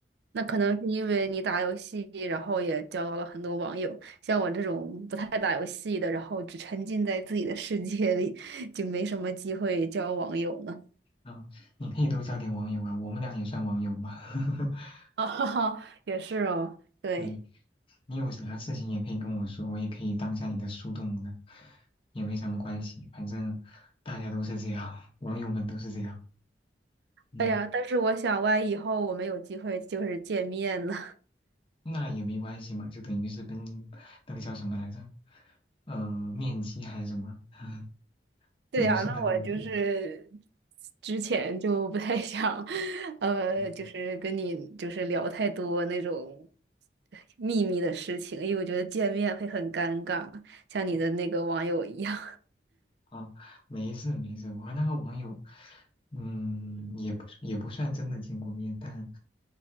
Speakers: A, on the right; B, on the left.
A: 那可能是因为你打游戏，然后也交到了很多网友。像我这种不太打游戏的，然后只沉浸在自己的世界里，就没什么机会交网友呢。
B: 啊，你可以多交点网友啊，我们俩也算网友嘛。<laughs>
A: <laughs> 啊，哈哈，也是哦。对，
B: 对，你有啥事情也可以跟我说，我也可以当下你的树洞的，也没什么关系，反正大家都是这样，网友们都是这样，嗯，
A: 哎呀，但是我想，万一以后我们有机会就是见面呢，
B: 那也没关系嘛，就等于是跟那个叫什么来着，呃，面基还是什么，<laughs>
A: 对呀，
B: 等于是那个，
A: 那我就是
B: 嗯，
A: 之前就不太 <laughs> 想，呃，
B: 嗯
A: 就是跟你就是聊太多那种秘密的事情，因为我觉得见面会很尴尬，像你的那个网友一样。
B: 哦，没事没事，我和那个网友，嗯，也不也不算真的见过面，但